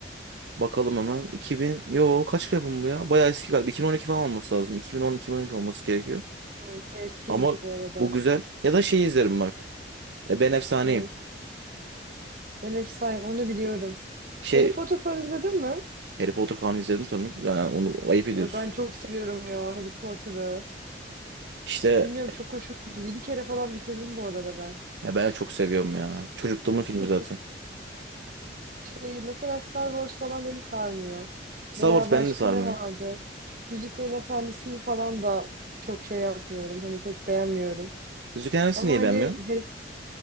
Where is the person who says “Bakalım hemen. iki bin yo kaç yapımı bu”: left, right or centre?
Right